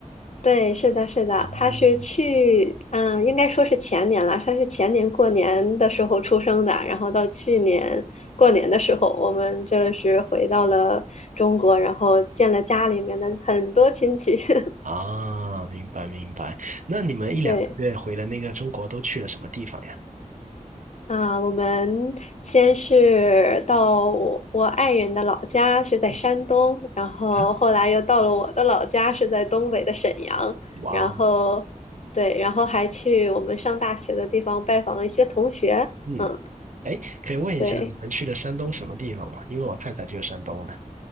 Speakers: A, on the left; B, on the right.
A: 对，是的，是的，
B: 啊，
A: 他是去，
B: 嗯
A: 嗯，应该说是前年了，他是前年过年的时候出生的，然后到去年过年的时候，我们这是回到了中国，然后见了家里面的很多亲戚，<laughs>
B: 啊，明白明白。那你们一两个月回了那个中国都去了什么地方呀？
A: 对。啊，我们先是到我我爱人的老家是在山东，
B: 嗯
A: 然后后来又到了我的老家是在东北的沈阳，
B: 啊，哇哦，
A: 然后对，然后还去我们上大学的地方拜访了一些同学，
B: 嗯。
A: 嗯，
B: 哎，可以问一下你们去了山东什么地方吗？
A: 对，
B: 因为我太太就是山东的。